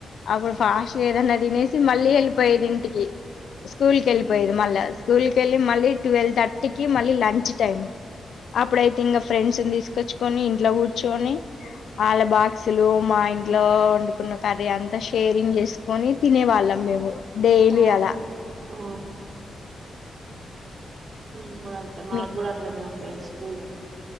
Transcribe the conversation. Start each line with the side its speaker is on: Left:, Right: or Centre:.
Left: అప్పుడు ఫాస్ట్గా ఏదన్నా తినేసి మళ్ళీ వెళ్ళిపోయేది ఇంటికి స్కూల్ కి వెళ్ళిపోయేది మళ్ళ స్కూల్ కి వెళ్ళి మళ్ళీ ట్వెల్వ్ థర్టీకి మళ్ళీ లంచ్ టైమ్ అప్పుడైతే ఇంకా ఫ్రెండ్స్ని తీసుకొచ్చుకొని ఇంట్లో కూర్చుని వాళ్ళ బాక్సులు మా ఇంట్లో వండుకున్న కర్రీ అంతా కేరింగ్ చేసుకొని తినే వాళ్ళం మేము డైలీ
Right: ఓహో
Left: అలా
Right: ఆ మేము కూడా అంతే మాకు
Left: మీ
Right: కూడా అట్లనే ఉండేది స్కూల్.